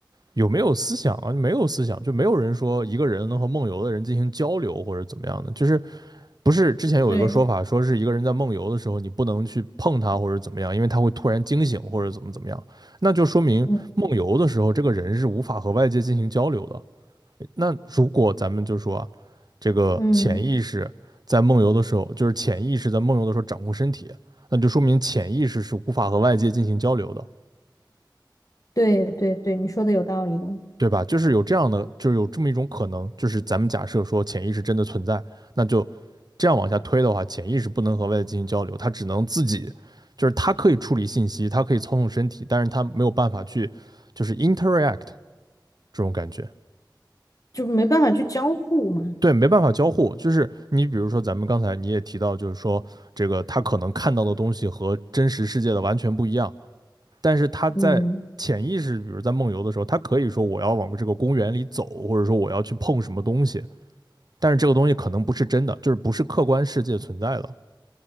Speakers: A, on the right; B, on the left.
A: 有没有思想啊？没有思想，就没有人说一个人能和梦游的人进行交流或者怎么样的，就是不是之前有一个说法，
B: 对。
A: 说是一个人在梦游的时候，你不能去碰他或者怎么样，因为他会突然惊醒或者怎么怎么样，那就说明梦游的时候这个人是无法和外界进行交流的。
B: 嗯
A: 那如果咱们就说啊这个潜意识在梦游的时候，
B: 嗯，
A: 就是潜意识在梦游的时候掌控身体，那就说明潜意识是无法和外界进行交流的。
B: 对对对，你说的有道理的，
A: 对吧？就是有这样的，就是有这么一种可能，就是咱们假设说潜意识真的存在，那就这样往下推的话，潜意识不能和外界进行交流，它只能自己，就是它可以处理信息，它可以操纵身体，但是它没有办法去就是 interact 这种感觉，
B: 就没办法去交互嘛。
A: 对，没办法交互。就是你比如说咱们刚才你也提到，就是说这个他可能看到的东西和真实世界的完全不一样，但是他在潜意识，
B: 嗯，
A: 比如在梦游的时候，他可以说我要往这个公园里走，或者说我要去碰什么东西。但是这个东西可能不是真的，就是不是客观世界存在的。